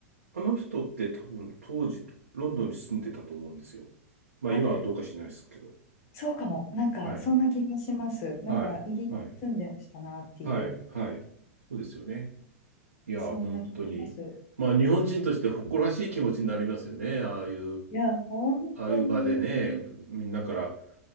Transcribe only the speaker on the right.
あの人って多分当時、ロンドンに住んでたと思うんですよ。まあ今はどうか知らないですけど。
はい。
はい。
はい。はい。はい。そうですよね。いや、
本当に。まあ日本人として誇らしい気持ちになりますよね。ああいう、
ああいう場でね、みんなから、